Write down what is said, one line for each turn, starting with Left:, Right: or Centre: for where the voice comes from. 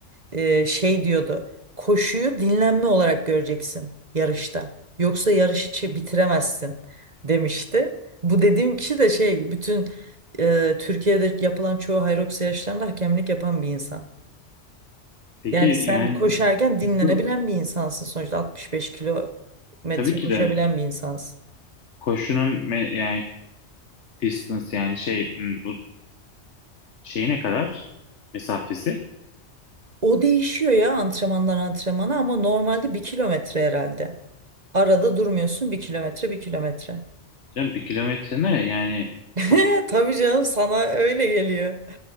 Right: eee, şey diyordu. Koşuyu dinlenme olarak göreceksin yarışta. Yoksa yarışı çi- bitiremezsin demişti. Bu dediğim kişi de şey bütün e, Türkiye'de yapılan çoğu Hyrox yarışlarında hakemlik yapan bir insan.
Left: Peki
Right: Yani sen
Left: yani
Right: koşarken dinlenebilen
Left: bu-
Right: bir insansın sonuçta 65 kilometre
Left: tabii ki
Right: koşabilen
Left: de
Right: bir insansın.
Left: koşunun me- yani Distance yani şey hmm, şeyi ne kadar mesafesi?
Right: O değişiyor ya antrenmandan antrenmana ama normalde bir kilometre herhalde. Arada durmuyorsun bir kilometre bir kilometre.
Left: Canım bir kilometre ne yani
Right: <laughs>
Left: çok
Right: Tabii canım sana öyle geliyor.